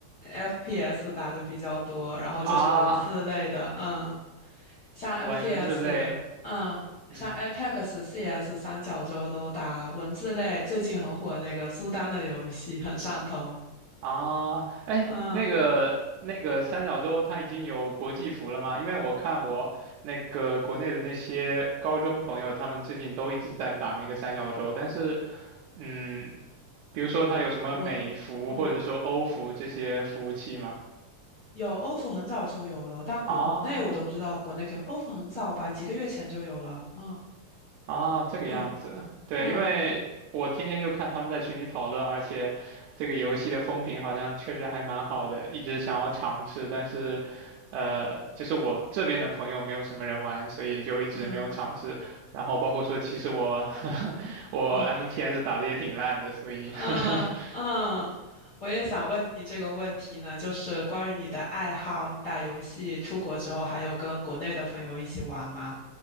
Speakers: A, on the left; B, on the right.
A: ，FPS 打的比较多，然后就是文字类的。
B: 啊，
A: 嗯像 FPS，
B: 文字类，
A: 嗯，
B: 嗯。
A: 像 Apex、CS 三角洲都打了。文字类最近很火那个苏丹的游戏很上头。
B: 啊，哎，
A: 嗯，
B: 那个那个三角洲它已经有国际服了吗？因为我看我那个国内的那些高中朋友，他们最近都一直在打那个三角洲，但是，嗯，比如说它有什么美服或者说欧服这些服务器吗？
A: 国，嗯，有欧服很早就有了，但国内我都不知道国内可以。
B: 啊
A: 欧服很早吧，几个月前就有了。嗯
B: 啊，这个样子，
A: 嗯
B: 对，
A: 嗯
B: 因为我天天就看他们在群里讨论，而且这个游戏的风评好像确实还蛮好的，一直想要尝试，但是，呃，就是我这边的朋友没有什么人玩，所以就一直没有尝试。
A: 嗯
B: 然后包括说，其实我 <laughs> 我
A: 嗯
B: FPS 打的也挺烂的，所以
A: 嗯嗯，
B: <laughs>
A: 我也想问你这个问题呢，就是关于你的爱好，你打游戏出国之后还有跟国内的朋友一起玩吗？